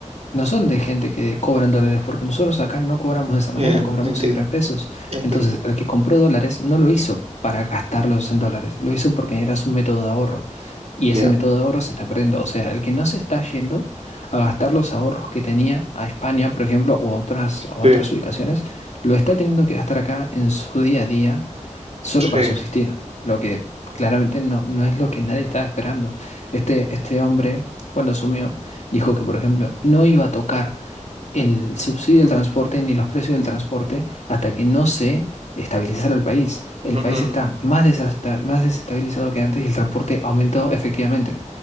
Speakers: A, on the left (about 65°); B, on the right (about 55°).
A: no son de gente que cobran dólares, porque nosotros acá no cobramos de esa
B: eh,
A: manera, cobramos
B: entiendo,
A: siempre en pesos.
B: entiendo.
A: Entonces, el que compró dólares no lo hizo para gastarlos en dólares, lo hizo porque era su método de ahorro. Y
B: Ya.
A: ese método de ahorro se está perdiendo. O sea, el que no se está yendo a gastar los ahorros que tenía a España, por ejemplo, o otras, a otras
B: Sí,
A: ubicaciones, lo está teniendo que gastar acá en su día a día solo
B: sí.
A: para subsistir, lo que claramente no, no es lo que nadie estaba esperando. Este, este hombre, cuando asumió, dijo que, por ejemplo, no iba a tocar el subsidio del
B: Mm,
A: transporte ni los precios del transporte hasta que no se estabilizara el país.
B: mm,
A: El país
B: mm,
A: está más desasta- más desestabilizado que antes y el transporte aumentó efectivamente.